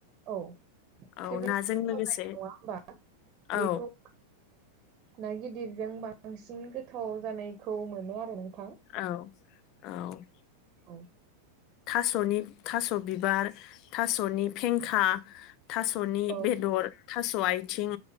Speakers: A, on the right (about 30°); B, on the left (about 40°).
A: औ
B: औ
A: जोबोरैनो
B: नाजों
A: गोथाव
B: लोगोसे
A: जायो नङा होमबा
B: औ
A: बेखौ ना गिदिरजों बांसिन गोथाव जानायखौ मोनो आरो। नोंथां
B: औ औ।
A: औ।
B: थास'नि थास' बिबार थास'नि फेंखा थास'नि
A: औ
B: बेदर, थास' आथिं,